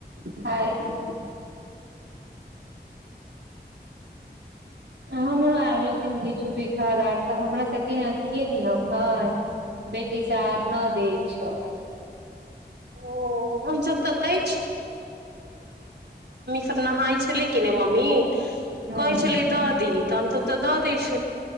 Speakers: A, on the right (about 80°); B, on the right (about 70°).
A: खायके हमरो आर लथिन भिचु भीखार आर तऽ हमरा सबके य के नियम है बेटी स आर न दै छै
B: ओ हमसभ तऽ दै त नहााय छलै कि नेय मम्मी
A: ह
B: कहै छललै दऽ दीही त हम त तऽ दऽ दै छी